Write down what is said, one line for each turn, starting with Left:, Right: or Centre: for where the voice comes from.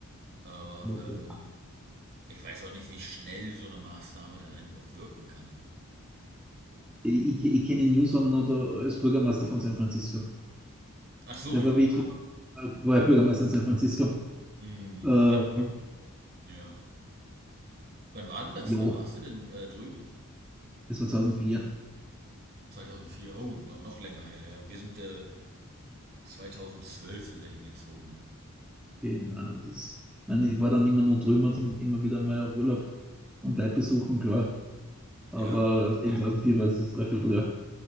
Right: Aber
Centre: Wollte.
Right: ähm, ich weiß auch nicht, wie schnell so eine Maßnahme dann eigentlich auch wirken kann.
Centre: Ich, ich, ich kenne Newsom noch da als Bürgermeister von San Francisco.
Right: Ach so,
Centre: Der
Right: ja.
Centre: war wie ich drüber, war ja Bürgermeister in San Francisco.
Right: Mhm.
Centre: Äh,
Right: Wann, ja. Wann war denn das?
Centre: ja,
Right: Wann warst du denn äh, drüben?
Centre: Das war 2004.
Right: 2004 Oh, no, noch länger her, ja. Wir sind äh, 2012 sind wir hingezogen.
Centre: Genau. Das, ich, meine, ich war dann immer nur drüben, immer wieder mal auf Urlaub und Leute besuchen, klar. Aber
Right: Ja.
Centre: eben 2004 war es das Dreivierteljahr.